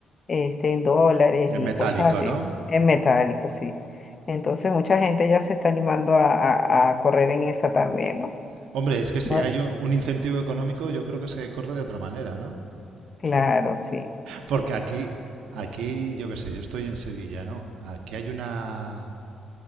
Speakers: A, on the left (about 40°); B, on the right (about 75°).
A: este, en dólares
B: es
A: y
B: metálico,
A: cosas así,
B: ¿no?
A: en metálico, sí. Entonces mucha gente ya se está animando a, a a correr en esa también, ¿no?
B: Hombre, es que si
A: ¿no?
B: hay un, un incentivo económico, yo creo que se corre de otra manera, ¿no?
A: Claro, sí.
B: Porque aquí, aquí, yo qué sé, yo estoy en Sevilla, ¿no? Aquí hay una